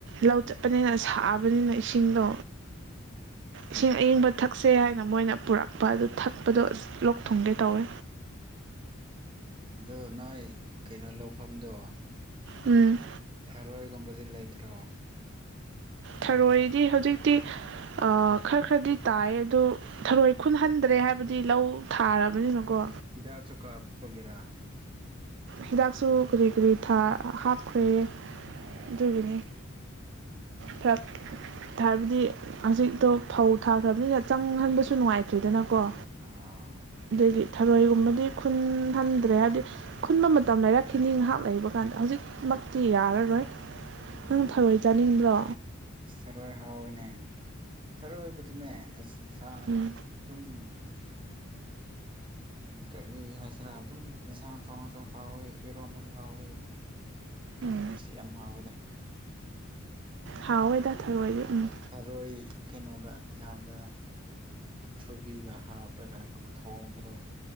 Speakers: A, on the right; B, on the right.
A: ꯂꯧ ꯆꯠꯄꯅꯤꯅ ꯁꯥꯕꯅꯤꯅ ꯏꯁꯤꯡꯗꯣ
B: ꯎꯝ <unintelligible>
A: ꯏꯁꯤꯡ ꯑꯌꯤꯡꯕ ꯊꯛꯁꯦ ꯍꯥꯏꯅ ꯃꯣꯏꯅ ꯄꯨꯔꯛꯄ ꯑꯗꯨ ꯊꯛꯄꯗꯣ ꯑꯁ ꯂꯣꯛ ꯊꯨꯡꯒꯦ ꯇꯧꯋꯦ
B: ꯑꯗꯣ ꯅꯣꯏ ꯀꯩꯅꯣ ꯂꯧꯐꯝꯗꯣ
A: ꯎꯝ
B: ꯊꯔꯣꯏꯒꯨꯝꯕꯗꯤ ꯂꯩꯇ꯭ꯔꯣ
A: ꯊꯔꯣꯏꯗꯤ ꯍꯧꯖꯤꯛꯇꯤ ꯈꯔ ꯈꯔꯗꯤ ꯇꯥꯏ ꯑꯗꯨꯣ ꯊꯔꯣꯏ ꯈꯨꯟꯍꯟꯗ꯭ꯔꯦ ꯍꯥꯏꯕꯗꯤ ꯂꯧ ꯊꯥꯔꯕꯅꯤꯅꯀꯣ
B: ꯍꯤꯗꯥꯛꯁꯨ ꯀꯥꯞꯄꯒꯤꯔꯥ
A: ꯍꯤꯗꯥꯛꯁꯨ ꯀꯔꯤ ꯀꯔꯤ ꯍꯥꯞꯈ꯭ꯔꯦ
B: ꯑꯣ
A: ꯑꯗꯨꯒꯤꯅꯤ ꯐꯛ <unintelligible> ꯍꯥꯏꯕꯗꯤ ꯍꯧꯖꯤꯛꯇꯣ ꯐꯧ ꯊꯥꯈ꯭ꯔꯕꯅꯤꯅ ꯆꯪꯍꯟꯕꯁꯨ ꯅꯨꯡꯉꯥꯏꯇ꯭ꯔꯤꯗꯅꯀꯣ
B: ꯑꯥ
A: ꯑꯗꯒꯤ ꯊꯔꯣꯏꯒꯨꯝꯕꯗꯤ ꯈꯨꯟ ꯍꯟꯗ꯭ꯔꯦ ꯍꯥꯏꯕꯗꯤ ꯈꯨꯟꯕ ꯃꯇꯝ ꯂꯩꯔꯛꯈꯤꯅꯤ ꯉꯥꯏꯍꯥꯛ ꯂꯩꯕ ꯀꯥꯟꯗ ꯍꯧꯖꯤꯛꯃꯛꯇꯤ ꯌꯥꯔꯔꯣꯏ
B: ꯎꯝ
A: ꯅꯪ ꯐꯔꯣꯏ ꯆꯥꯅꯤꯡꯕ꯭ꯔꯣ
B: ꯑꯁ ꯊꯔꯣꯏ ꯍꯥꯎꯋꯤꯅꯦ ꯊꯔꯣꯏꯕꯗꯨꯅꯦ ꯑꯁ ꯌꯦꯟꯁꯥꯡ
A: ꯎꯝ
B: ꯑꯗꯨꯝ ꯎ ꯀꯔꯤ ꯍꯥꯏꯁꯤꯔꯥ ꯑꯗꯨꯝ ꯑꯦꯟꯁꯥꯡ ꯊꯣꯡꯉꯁꯨ ꯍꯥꯎꯋꯤ ꯏꯔꯣꯝꯕꯁꯨ ꯍꯥꯎꯋꯤ
A: ꯎꯝ
B: ꯁꯤ ꯌꯥꯝ ꯍꯥꯎꯋꯦꯗ
A: ꯊꯥꯎꯑꯣꯏꯗ ꯊꯔꯑꯣꯁ ꯎꯝ
B: ꯁꯥꯔꯣꯏ ꯀꯩꯅꯣꯗ ꯌꯦꯟꯁꯥꯡꯗ ꯎ ꯊ꯭ꯔꯨꯕꯤꯒ ꯍꯥꯞꯂꯒ ꯊꯣꯡꯕꯗꯣ